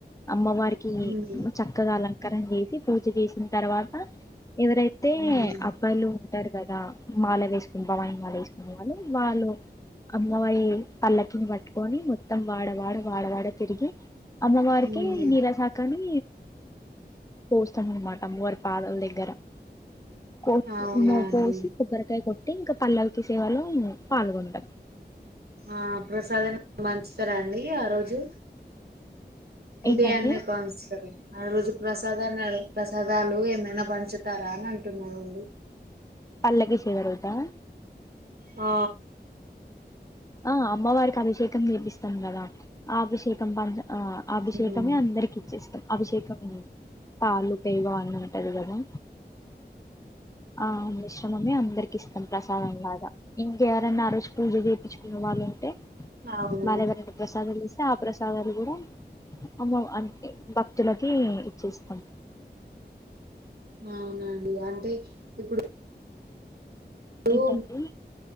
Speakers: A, on the left; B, on the right.
A: అమ్మవారికి
B: ఉమ్
A: చక్కగా అలంకారన చేసి పూజ చేసిన తర్వాత ఎవరైతే
B: ఉమ్
A: అబ్బాయిలు ఉంటారు కదా మాల వేసుకుని మాల వేసుకునే వాళ్ళు వాళ్ళు అమ్మవరి పల్లకిని పట్టుకొని మొత్తం వాడవాడ వాడవాడ తిరిగి అమ్మవారికి
B: ఉమ్
A: నీళ్ళ సాకాని పోస్తాం అనమాట అమ్మవారి పాదల దగ్గర కో
B: అవునా అండి
A: పోసి కొబ్బరికాయ కొట్టి ఇంకా పల్లవుకి సేవాలో పాల్గొంటాం
B: ఆ ప్రసాదన్ని పంచుతారా అండి ఆ రోజు ఉదయాన్నే
A: ఏంటంటే
B: కాంస్తారా ఆ రోజు ప్రసాదాన్ని ప్రసాదాలు ఏమైనా పంచుతారా అని అంటున్నారు
A: పల్లకి చివరిరోజా
B: ఆ
A: ఆ అమ్మవారికి అభిషేకం చేపిస్తాం కదా ఆ అభిషేకం ప ఆ అభిషేకమే
B: ఉమ్
A: అందరికి ఇచ్చేస్తాం అభిషేకంమే పాలుకైవ అ ఉంటది కదా ఆ మిశ్రమమే అందరికి ఇస్తాం ప్ర అవును కదా ఇంక ఎవరనా ఆ రోజు పూజ చేయించుకున్న వాళ్ళు ఉంటే
B: అవును
A: వాళ్ళు ఎవరైనా ప్రసాదం ఇస్తే ఆ ప్రసాదాలు కూడా అమ అంటే భక్తులకి ఇచ్చేస్తాం
B: అవునండి అంటే ఇప్పుడు ఇప్పుడు
A: ఏంటండి